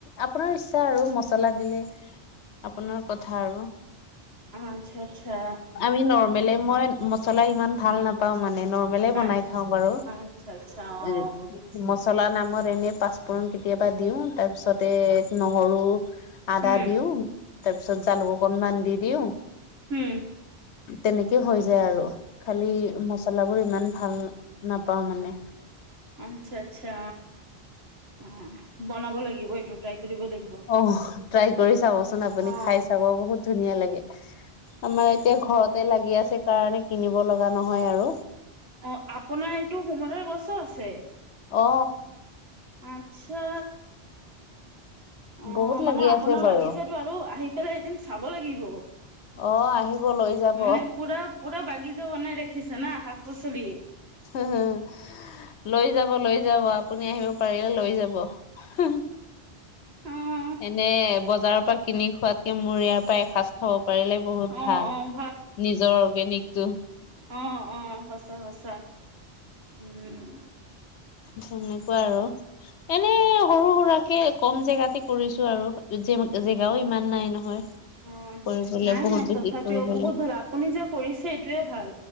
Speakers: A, on the left; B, on the right.
A: আপোনাৰ ইচ্ছা আৰু মচলা দিলে। আপোনাৰ কথা আৰু
B: আচ্ছা আচ্ছা
A: আমি নৰ্মলে মই মচলা ইমান ভাল নাপাওঁ মানে নৰ্মেল বনাই
B: আচ্ছা
A: খাওঁ
B: আচ্ছা
A: বাৰু
B: আচ্ছা আচ্ছা
A: এ
B: অ বুজি পাইছো বুজি
A: মছলা
B: পাইছো
A: নামৰ এনে পাচ পূৰন কেতিয়াবা দিওঁ তাৰপিছতে নহৰু আদা
B: উম
A: দিও তাৰপিছত জালুক অকনমান দি দিওঁ
B: উম
A: তেনেকে হৈ যায় আৰু খালি মচলাবোৰ ইমান ভাল নাপাওঁ মানে
B: আচ্ছা আচ্ছা অহ বনাব লাগিব এইটো ট্ৰাই কৰিব লাগিব।
A: অ ট্ৰাই কৰি চাবচোন আপুনি
B: অ
A: খাই চাব বহুত ধুনীয়া লাগে। আমাৰ এতিয়া
B: আচ্ছা
A: ঘৰতে লাগি আছে কাৰণে কিনিব লগা নহয় আৰু
B: অ! আপোনাৰ এইটো সোমৰৰ গছো আছে?
A: অ
B: আচ্ছা অঁ!
A: বহুত
B: মানে
A: লাগি আছে
B: আপোনাৰ
A: বাৰু
B: বাগিচাতো আৰু আহি পেলাই এদিন চাব লাগিব
A: অ আহিব লৈ যাব
B: মানে পোৰা পোৰা বাগিচা বনাই ৰাখিছে না শাক। পাচলি।
A: হুম লৈ যাব লৈ যাব, আপুনি আহিব পাৰিলে লৈ যাব। হুো
B: অ'
A: এনে ব বজাৰৰ পৰা কিনি খোৱাতকে মোৰ ইয়াৰ পৰা এসাঁজ খাব পাৰিলে বহুত
B: অ'
A: ভাল
B: অ'
A: নিজৰ অৰ্গেনিকটো
B: অ' অ' সঁচা সঁচা উম
A: তেনেকুৱা আৰু এনে সৰু সুৰুকে কম জেগাতে কৰিছো আৰু এতিয়া ইমান জেগাও ইমান নাই নহয়
B: অ'
A: কৰিবলৈ
B: নাই
A: বহুত
B: নাই
A: বেছি
B: তথাপিও
A: কৰিবলৈ
B: বহুত ভাল আপুনি যে কৰিছে এইটোয়ে ভাল